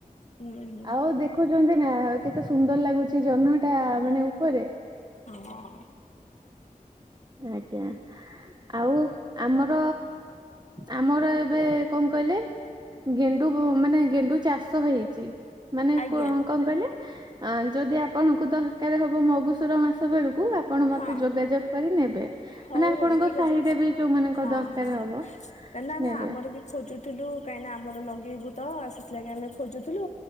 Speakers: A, on the left; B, on the right.
A: ହୁଁ ହୁଁ
B: ଆଉ ଦେଖୁଛନ୍ତି ନା କେତେ ସୁନ୍ଦର ଲାଗୁଛି ଜହ୍ନ ଟା ମାନେ ଉପରେ
A: ହଁ।
B: ଆଜ୍ଞା ଆଉ ଆମର ଆମର ଏବେ କଣ କହିଲେ? ଗେଣ୍ଡୁ ମାନେ ଗେଣ୍ଡୁ ଚାଷ ହେଇଛି ମାନେ
A: ଆଜ୍ଞା
B: କଣ କହିଲେ? ଅ ଯଦି ଆପଣଙ୍କୁ ଦରକାର ହବ ମଗୁସୁର ମାସ ବେଳକୁ ଆପଣ ମତେ
A: ହଁ।
B: ଯୋଗାଯୋଗ କରି ନେବେ।
A: ହଉ
B: ମାନେ ଆପଣଙ୍କ
A: ହଉ ଠିକ
B: ସାହିରେ
A: ଅଛି
B: ବି ଯୋଉମାନଙ୍କ
A: ହଁ
B: ଦରକାର
A: ହଁ ହଁ
B: ହବ
A: ନା ନା
B: ନେବେ।
A: ଆମର ବି ଖୋଜୁ ଥି <unintelligible> କାଇନା ଆମର <unintelligible> ମଗେଇବୁ ତ ସେଥିଲାଗି ଆମେ ଖୋଜୁଥିଲୁ